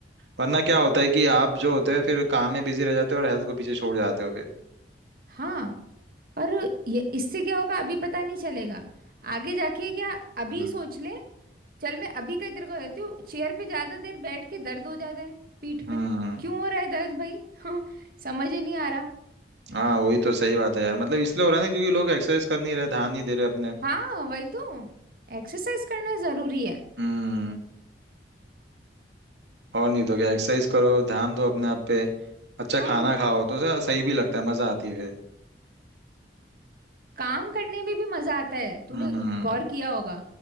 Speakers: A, on the right; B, on the right.
A: वरना क्या होता है कि आप जो होते हैं फिर काम में बिजी रह जाते हो और हेल्थ को पीछे छोड़ जाते हो फिर
B: हाँ और ये इससे क्या होगा अभी पता नहीं चलेगा आगे जाके क्या अभी
A: हम्म।
B: सोच ले चल मैं अभी का ही तेरे को देती हूँ चेयर पे ज्यादा देर बैठ के दर्द हो जाता है पीठ
A: हम्म
B: में क्यों हो रहा है दर्द भाई <laughs> समझ ही नहीं आ रहा
A: हाँ वही तो सही बात है यार मतलब इसलिए हो रहा है ना क्योंकि लोग एक्सरसाइज कर नहीं रहे ध्यान नहीं दे रहे अपने
B: हाँ वही तो एक्सरसाइज करना जरूरी है
A: हम्म और नहीं तो क्या एक्सरसाइज करो ध्यान दो अपने आप पे अच्छा
B: हाँ
A: खाना खाओ तो सा- सही भी लगता है मजा आती है फिर
B: काम करने में भी मजा आता है तूने
A: हम्म
B: गौर किया होगा